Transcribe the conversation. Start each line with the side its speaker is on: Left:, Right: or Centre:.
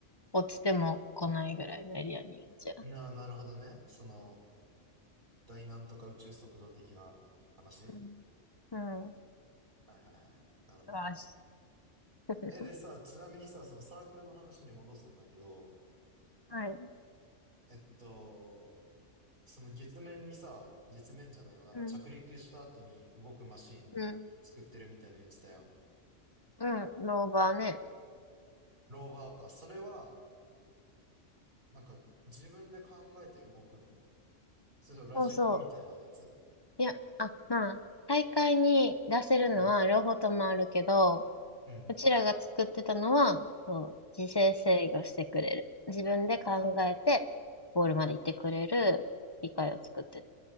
Left: 落ちても来ないぐらいのエリアにいるんちゃ
Right: な、なるほどね。その、大なんとか宇宙速度的な話
Left: う。うん。うん。
Right: はいはいはい。なるほどね。
Left: 素晴らしい。<laughs>
Right: え、でさ、ちなみにさ、そのサークルの話に戻すんだけど、
Left: はい。
Right: えっと、その月面にさ、月面じゃないわ、なんか着陸した後に動くマシン作ってるみたいなの言ってたやん。
Left: うん。うん。うん。ローバーね。
Right: ローバーか。それは、なんか自分で考えて動くのそれともラジコンみたいなやつ。
Left: そうそういや、あ、まあ、大会に出せるのは両方ともあるけど、
Right: うん。うん。
Left: うちらが作ってたのは、そう、自制制御してくれる。自分で考えて、ゴールまで行ってくれる理解を作ってた。